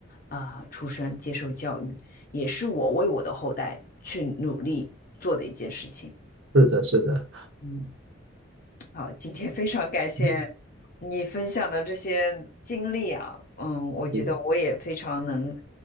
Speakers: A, on the left; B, on the right.
A: 啊，出生接受教育，也是我为我的后代去努力做的一件事情。
B: 是的，是的，
A: 嗯。好，今天非常感谢
B: 嗯
A: 你分享的这些经历啊，嗯，我觉得我也非常能，
B: 嗯，